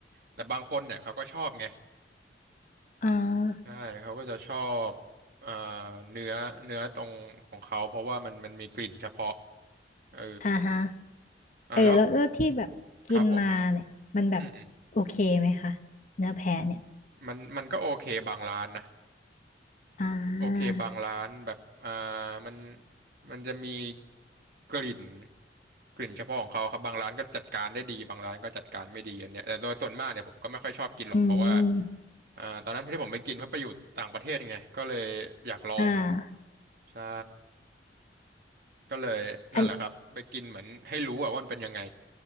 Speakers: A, on the right; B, on the left.
A: แต่บางคนเนี่ยเขาก็ชอบไง
B: อ่า
A: ใช่เขาก็จะชอบเอ่อเนื้อเนื้อตรงของเขาเพราะว่ามันมันมีกลิ่นเฉพาะเออ
B: อ่าฮะ
A: อ่ะแล้ว
B: เออแล้วแล้วที่แบบกินมาเนี่ยมันแบบโอเคไหมคะเนื้อแพะเนี่ย
A: ครับผมอืมอืมมันมันก็โอเคบางร้านนะ
B: อ่า
A: โอเคบางร้านแบบอ่ามันมันจะมีกลิ่นกลิ่นเฉพาะของเขาครับบางร้านก็จัดการได้ดีบางร้านก็จัดการไม่ดีอันเนี้ยแต่โดยส่วนมากเนี่ยผมก็ไม่ค่อยชอบกินหรอกเพราะว่า
B: อืม
A: อ่าตอนนั้นที่ผมไปกินเพราะไปอยู่ต่างประเทศไงก็เลยอยากลอง
B: อ่า
A: ใช่ ก็เลยนั่นแหละครับไปกินเหมือนให้รู้อะว่ามันเป็นยังไง
B: อัน